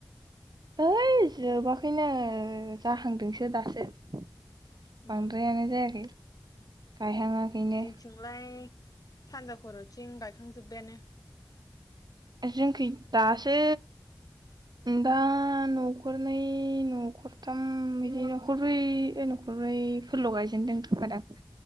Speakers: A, on the right (about 65°); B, on the left (about 55°).
A: ओइ जोबाख बेैनो जाहांदोंसो। दो दासो। बांद्रायानो
B: उम
A: जायाखै। गायहाङाखैनो
B: जोंथिंलाय सानजाख। खर'थिं गायखांजोबबायानो।
A: जोंखै दासो दा न'खरनै न'खरथाम बिदि न'खरब्रै न'खरब्रै फोरल' गायजेनदों खोम दां।